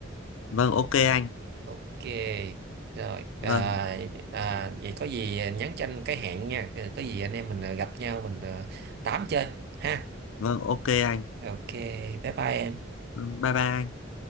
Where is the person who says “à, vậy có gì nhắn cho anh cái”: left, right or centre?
Right